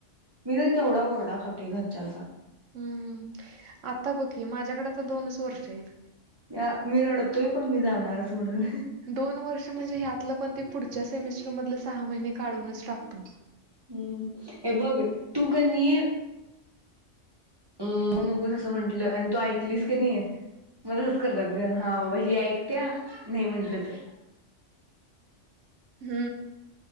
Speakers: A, on the right (about 20°); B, on the right (about 80°).
A: मी तर केवढा ओरडा खातोय घरच्यांचा.
B: हम्म. आता बघ की माझ्याकड दोनच वर्षयेत.
A: मी आ मी रडतोय पण मी जाणारच म्हणून.
B: दोन वर्ष म्हणजे ह्यातलं पण ते पुढच्या सेमेस्टर मधले सहा महिने काढूनच टाकतो.
A: हम्म हे बघ तू काणी अं नको तसं म्हंटलं आणि तू ऐकलीस कनी मलाच करतात ग हा बाबा ही ऐकत्या नाही म्हंटलं तर.
B: हम्